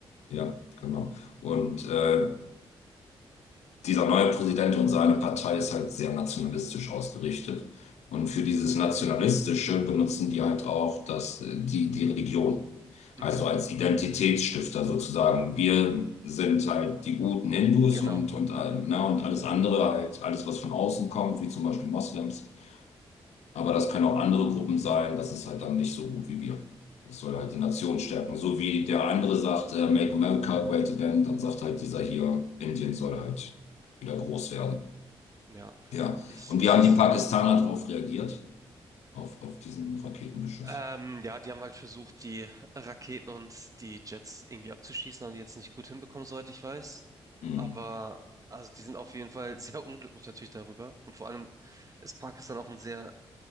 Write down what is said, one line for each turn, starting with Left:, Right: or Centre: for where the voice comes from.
Left: Ja, genau. Und äh, dieser neue Präsident und seine Partei ist halt sehr nationalistisch ausgerichtet. Und für dieses Nationalistische benutzen die halt auch das, die, die Religion.
Right: Mhm.
Left: Also als Identitätsstifter sozusagen. Wir sind halt die guten Hindus
Right: Genau,
Left: und, und, äh, na, und alles andere, halt alles, was von außen kommt, wie zum Beispiel Moslems. Aber das können auch andere Gruppen sein, das ist halt dann nicht so gut wie wir. Das soll halt die Nation stärken. So wie der andere sagt, äh, Make America Great Again, dann sagt halt dieser hier, Indien soll halt wieder groß werden.
Right: ja.
Left: Ja.
Right: Ich,
Left: Und
Right: es
Left: wie haben
Right: ist
Left: die Pakistaner darauf reagiert? Auf, auf diesen Raketenbeschuss.
Right: Ähm, ja, die haben halt versucht, die Raketen und die Jets irgendwie abzuschießen, haben die jetzt nicht gut hinbekommen, soweit ich weiß.
Left: Hm.
Right: Aber also die sind auf jeden Fall <laughs> sehr unglücklich natürlich darüber. Und vor allem ist Pakistan auch ein sehr,